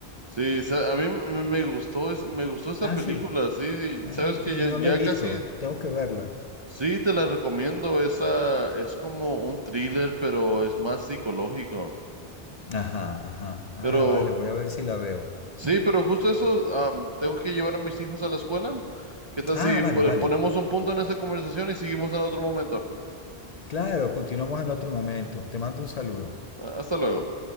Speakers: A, on the right (about 35°); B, on the left (about 45°).
A: Sí, sa- a mí m- me gustó, es- me gustó esa
B: Ah,
A: película,
B: sí.
A: sí, sí,
B: Ah,
A: sabes que
B: sí,
A: ya,
B: no
A: ya
B: la he visto,
A: casi,
B: tengo que verla.
A: sí, te la recomiendo, esa es como un thriller, pero es más psicológico,
B: Ajá, ajá. Ah,
A: pero
B: vale, voy a ver si la veo.
A: sí, pero justo eso, am, tengo que llevar a mis hijos a la escuela, ¿qué tal
B: Ah,
A: si
B: vale,
A: po-
B: vale.
A: ponemos un punto en esta conversación y seguimos en otro momento?
B: Claro, continuamos en otro momento. Te mando un saludo.
A: Ah, Hasta luego.